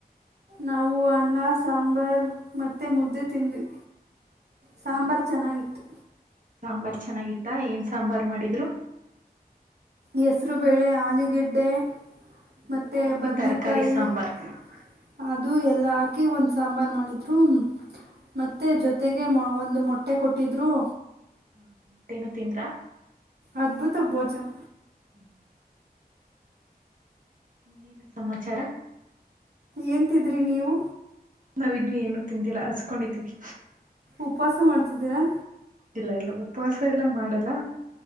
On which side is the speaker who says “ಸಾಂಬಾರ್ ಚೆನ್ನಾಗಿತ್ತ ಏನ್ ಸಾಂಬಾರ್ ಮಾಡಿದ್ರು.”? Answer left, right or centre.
Right